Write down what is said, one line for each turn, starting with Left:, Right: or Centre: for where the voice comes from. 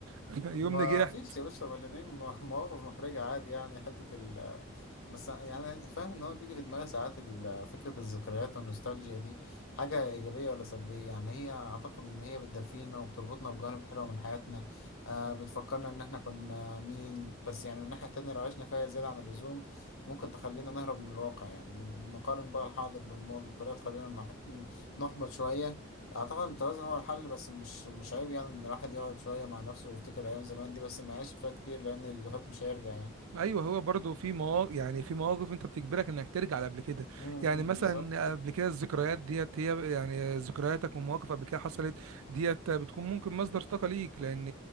Right: <laughs> يوم
Left: ما
Right: نجاح
Left: فيش يا باشا مليانين م- <laughs> مواقف محرجة عادي يعني حتة ال بس يعني فاهم إن هو بيجي في دماغي ساعات ال- فكرة الذكريات والنوستالجيا دي حاجة إيجابية ولا سلبية يعني هي أعتقد إن هي بتدفينا وبتربطنا بجوانب حلوة من حياتنا آه بتفكرنا إن إحنا كنا مين بس يعني من ناحية تانية لو عشنا فيها زيادة عن اللزوم ممكن تخلينا نهرب من الواقع يعني نقارن بقى الحاضر بالماضي بطريقة تخلينا نح- نحبط شوية اعتقد ان التوازن هو الحل بس مش مش عيب يعني ان الواحد يقعد شويه مع نفسه ويفتكر ايام زمان دي بس ما يعيش فيها كتير لان اللي فات مش هيرجع يعني
Right: ايوه هو برضه في مواقف يعني في مواقف انت بتجبرك انك ترجع لقبل كده
Left: امم
Right: يعني مثلا
Left: بالظبط
Right: قبل كده الذكريات ديت هي يعني ذكرياتك ومواقف قبل كده حصلت ديت بتكون ممكن مصدر طاقه ليك لان